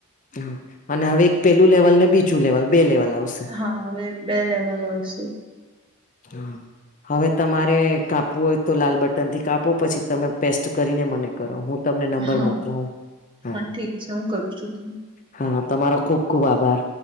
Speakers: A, on the left; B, on the right.
A: હા અને હવે એક પેલું લેવલ ને બીજું લેવલ બે લેવલ આવશે
B: હા હવે બે લેવલ આવશે
A: હમ હવે તમારે કાપવું હોય તો લાલ બટન થી કાપો પછી તમે પેસ્ટ કરીને મને કરો હું તમને નંબર
B: હા
A: મોકલાવુ હા
B: ઠીક છે હું કરું છું તમને
A: હા તમારો ખુબ ખુબ આભાર